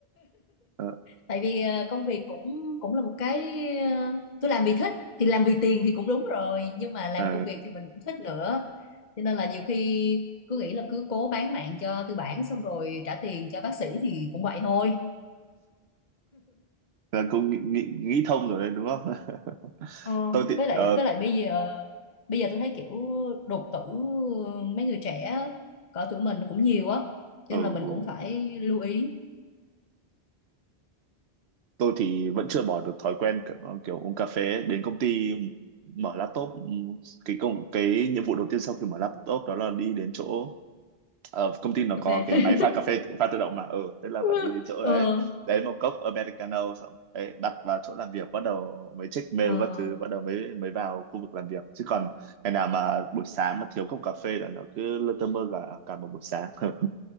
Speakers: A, on the right (about 80°); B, on the left (about 45°).
A: ờ,
B: tại vì ờ, công việc cũng cũng là một cái ờ, tôi làm vì thích thì làm vì tiền thì cũng đúng rồi nhưng mà làm
A: ờ,
B: công việc thì mình cũng thích nữa cho nên là nhiều khi cứ nghĩ là cứ cố bán mạng cho tư bản xong rồi trả tiền cho bác sĩ thì cũng vậy thôi
A: là cũng nghĩ, nghĩ, nghĩ thông rồi đấy đúng không <laughs>
B: ờ,
A: tôi thì
B: với lại
A: ờ,
B: với lại bây giờ bây giờ tôi thấy kiểu đột tử mấy người trẻ cỡ tuổi mình cũng nhiều á cho
A: ừ
B: nên là mình
A: ừ
B: cũng phải lưu ý
A: tôi thì vẫn chưa bỏ được thói quen kiểu, kiểu uống cà phê đến công ty mở laptop ừ, cái công cái nhiệm vụ đầu tiên sau khi mở laptop đó là đi đến chỗ ờ, công ty nó
B: cà
A: có
B: phê
A: cái máy pha cà phê pha tự động mà ừ tức là
B: <laughs>
A: phải đi đến chỗ
B: ờ,
A: đấy lấy một cốc americano xong đấy, đặt vào chỗ làm việc bắt đầu mới check mail
B: ờ.
A: các thứ bắt đầu mới mới vào khu vực làm việc chứ còn ngày nào mà buổi sáng mà thiếu cốc cà phê là nó cứ lơ tơ mơ cả cả một buổi sáng <laughs>